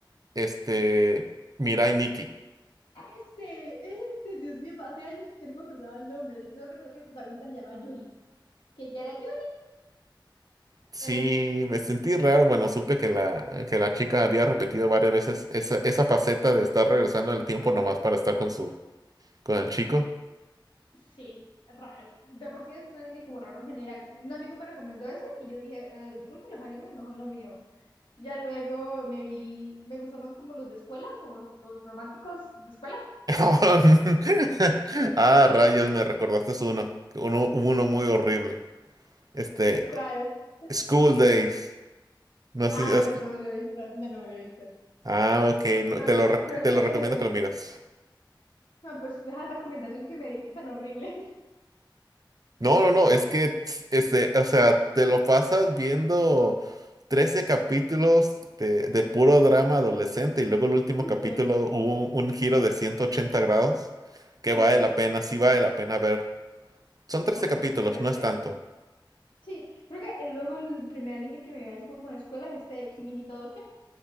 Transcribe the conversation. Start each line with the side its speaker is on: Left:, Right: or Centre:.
Right: este, Mirai Nikki.
Left: Este, este, Dios mío, hace años que yo no me acordaba el nombre. Solo recuerdo que el protagonista se llama Yuri, que ya era Yuri.
Right: Sí,
Left: Em,
Right: me sentí raro. Bueno, supe que la, que la chica había repetido varias veces esa, esa faceta de estar regresando el tiempo nomás para estar con su, con el chico.
Left: sí, raro. De por sí es un anime como raro en general. Un amigo me recomendó ese y yo dije, eh, yo creo que los animes no son lo mío. Ya luego me vi, me gustan más como los de escuela, como los tipos románticos de escuela.
Right: <laughs> Ah, rayos, me recordaste uno, uno, uno muy horrible. Este,
Left: ¿Cuál?
Right: School Days. No sé
Left: Ah,
Right: si
Left: no,
Right: has-
Left: ese no me lo he visto, no, no me lo he visto.
Right: Ah, ok, no,
Left: Creo
Right: te
Left: que,
Right: lo, rec-
Left: creo
Right: te
Left: que,
Right: lo recomiendo que lo miras.
Left: ah, pues esa recomendación que me diste tan horrible.
Right: No, no, no, es que, este, o sea, te lo pasas viendo 13 capítulos de,
Left: <laughs>
Right: de
Left: Ujú.
Right: puro drama adolescente y luego el último
Left: Ok,
Right: capítulo hubo un, giro de 180 grados que
Left: ok,
Right: vale la pena, sí vale la pena ver. Son trece
Left: bueno,
Right: capítulos,
Left: puede
Right: no
Left: ser.
Right: es tanto.
Left: Sí, creo que el- luego el primer anime que me vi así como de escuela es este de Kimi ni Todoke,